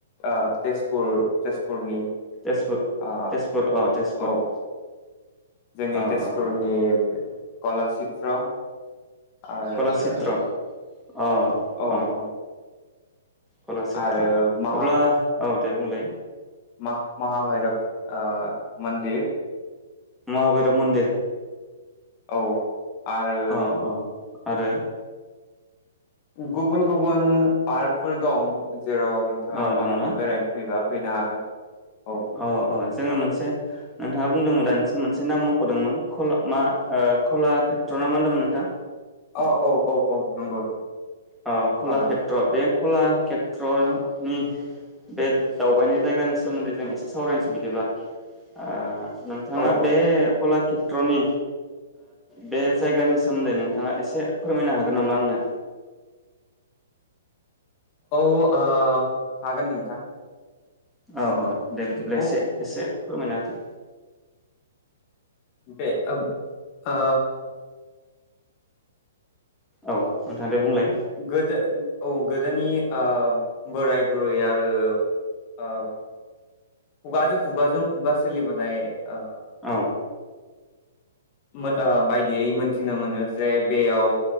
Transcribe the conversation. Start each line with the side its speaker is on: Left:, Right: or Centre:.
Left: आ तेजपुर तेजपुरनि
Centre: तेजपुर
Left: ओ
Centre: तेजपुर अ तेजपुर
Left: औ जोंनि
Centre: अ
Left: तेजपुरनि
Centre: अ अ
Left: कला चित्र आरो
Centre: कलाषेत्र अ
Left: औ
Centre: अ
Left: औ
Centre: कलासित्र
Left: आरो माहा
Centre: अब्ला औ दे बुंलाय
Left: मा-महाभायरब ओ मन्दिर
Centre: महाबैरब मन्दिर
Left: औ आरो
Centre: अ अ आरो
Left: गुबुन गुबुन पार्कफोर दं। जेराव नोंथाङा
Centre: अ दङ
Left: मालाबा
Centre: ना
Left: बेरायनो फैबा फैनो हागोन। औ
Centre: अ औ जोङो मोनसे नोंथाङा बुंदोंमोन दा नोंसोर मोनसे नाम मख'दोंमोन कला मा ओ कलाक्षेत्र ना मा होनदोंमोन नोंथां?
Left: औ औ औ औ नंगौ नंगौ
Centre: अ कलाक्षेत्र
Left: कलाचित्र
Centre: बे खलाक्षे मेट्र'नि बे दावबायनाय जायगानि सोमोन्दै जों एसे सावरायनोसै बिदिब्ला ओ नोंथाङा
Left: औ
Centre: बे कलाक्षे मेट्र'नि बे जायगानि सोमोन्दै नोंथाङा एसे फोरमायनो हागोन नामा आंनो
Left: औ ओ हागोन नोंथां
Centre: औ औ दा बिदिब्ला
Left: बुं
Centre: एसे एसे फोरमायना होथों
Left: बे आ आ
Centre: औ नोंथांदे बुंलाय
Left: गोदो औ गोदोनि ओ बोराय बुरै आरो औ खुगाजों खुगाजों खुगा सोलि बोनाय ओ
Centre: औ
Left: मोन बायदियै मोनथिनो मोनो जे बेयाव